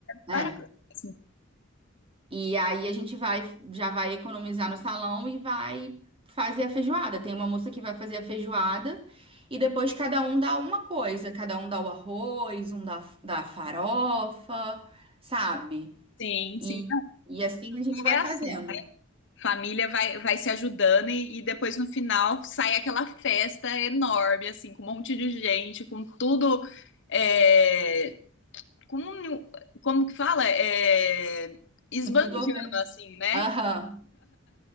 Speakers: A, on the right; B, on the left.
A: é.
B: para mesmo.
A: E aí a gente vai, já vai economizar no salão e vai fazer a feijoada. Tem uma moça que vai fazer a feijoada e depois cada um dá uma coisa. Cada um dá o arroz, um dá, dá a farofa, sabe?
B: Sim,
A: E,
B: sim,
A: e assim a gente vai
B: é
A: fazendo.
B: assim. família vai, vai se ajudando e, e depois no final sai aquela festa enorme, assim, com um monte de gente, com tudo. é, com, um, como que fala? É, esbanjando,
A: Com Tudo organizado.
B: assim, né?
A: Aham,